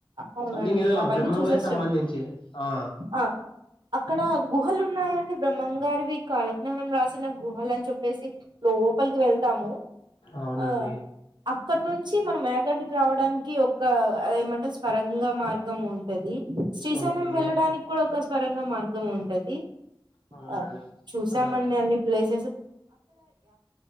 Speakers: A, on the right; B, on the left.
A: అవునండి
B: సంథింగ్ ఏదో
A: అవన్నీ
B: ఆ బ్రహ్మ
A: చూసేసాం
B: గారి సంబంధించి ఆ
A: ఆ అక్కడ గుహలున్నాయండి బ్రహ్మం గారివి కాలజ్ఞానం రాసిన గుహలని చెప్పేసి లోపలికి వెళ్తాము.
B: అవునండి
A: ఆ అక్కడ నుంచి మనం వేగంటికి రావడానికి ఒక ఆ ఏమంటరు స్వరంగ మార్గం ఉంటది. శ్రీశైలం
B: ఓకే
A: వెళ్ళడానికి కూడా ఒక స్వరంగ మార్గం ఉంటది.
B: అవునండి
A: ఆ చూసామండి
B: ఆ
A: అన్ని ప్లేసెస్